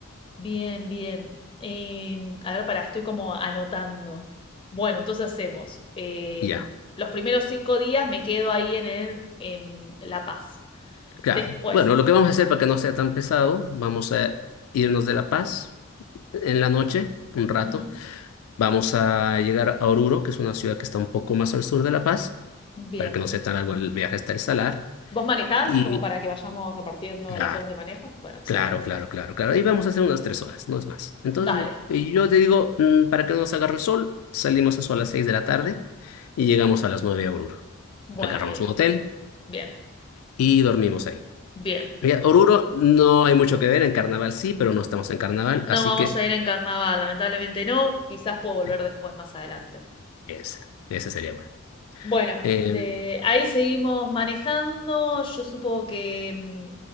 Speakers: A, on the left; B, on the left.
A: Bien, bien. Em, a ver, pará, estoy como anotando. Bueno, entonces hacemos. em,
B: Ya,
A: los primeros cinco días me quedo ahí en el, em, La Paz.
B: claro.
A: Después.
B: Bueno, lo que vamos a hacer para que no sea tan pesado, vamos a irnos de La Paz en la noche, un rato.
A: ujú,
B: Vamos a llegar a Oruro, que es una ciudad que está un poco más al sur de La Paz,
A: Bien.
B: para que no sea tan largo el viaje hasta el Salar.
A: ¿Vos manejás
B: Y
A: como para que vayamos repartiendo
B: claro,
A: las horas de manejo? Bueno, excelente.
B: claro, claro, claro, claro. Y vamos a hacer unas tres horas, no es más. Entonces,
A: Dale.
B: y yo te digo, mm, para que no nos agarre el sol, salimos eso a las seis de la tarde y llegamos a las nueve a Oruro.
A: Bueno,
B: Agarramos
A: bien,
B: un hotel
A: bien,
B: y dormimos ahí.
A: bien.
B: Mira, Oruro no hay mucho que ver, en carnaval sí, pero no estamos en carnaval,
A: No
B: así
A: vamos
B: que
A: a ir en carnaval, lamentablemente no. Quizás puedo volver
B: eh,
A: después, más adelante.
B: esa, esa sería buena.
A: Bueno,
B: Eh,
A: de ahí seguimos manejando. Yo supongo que mm,